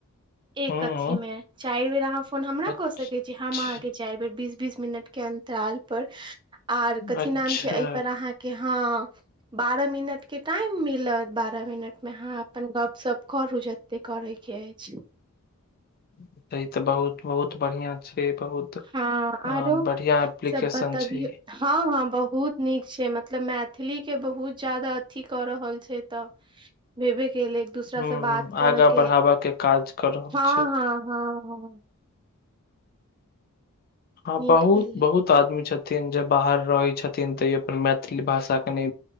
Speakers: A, on the right (about 20°); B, on the left (about 40°).
A: एक
B: हूँ
A: अथी मे चारि बेर अहाँ फोन हमरा
B: अच्छा
A: कऽ सकै छी हम अहाँ चारि बेर बीस बीस मिनट के अन्तराल पर आर कथी
B: अच्छा
A: नाम छै एहि पर अहाँ के ह बारह मिनट के टाइम मिलत बारह मिनट मे हँ अपन गपशप करू जते करै के अछि
B: स तऽ बहुत बहुत बढ़िआं छै बहुत
A: हँ
B: अ
A: आरो
B: बढ़िया एप्लीकेशन
A: सब बताबियौ
B: छै
A: हँ हँ बहुत नीक छै मतलब मैथिली के बहुत जादा अथी कऽ रहल छै तऽ के एक दूसरा
B: हूँ
A: से बात
B: हूँ आगाँ
A: करऽ के
B: बढ़ाबय काज क रहल
A: हँ
B: छै
A: हँ हँ हँ
B: हँ
A: नीक
B: बहुत
A: भेलै
B: बहुत आदमी छथि जे बाहर रहै छथिन तऽ अपन मैथिली भाषा कनी